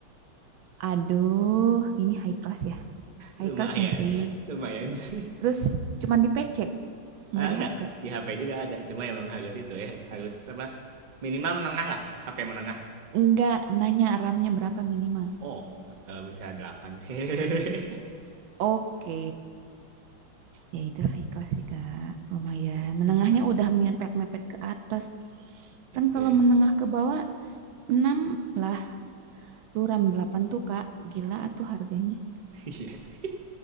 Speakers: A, on the right (about 75°); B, on the right (about 55°).
A: Aduh, ini high class ya. High
B: Lumayan,
A: class nggak sih?
B: eh, lumayan sih.
A: Terus cuman di PC, nggak
B: Ah,
A: di
B: enggak,
A: HP.
B: di HP juga ada, cuma emang harus itu ya, harus apa? Minimal menengah lah, HP menengah.
A: Nggak nanya RAM-nya berapa minimal.
B: Oh, eh, bisa 8 sih. <laughs>
A: Oke, ya itu high class sih Kak, lumayan.
B: Iya
A: Menengahnya
B: lumayan.
A: udah mepet-mepet ke atas. Kan kalau
B: yes
A: menengah ke bawah 6 lah, duram 8 tuh Kak, gila tuh harganya.
B: <laughs>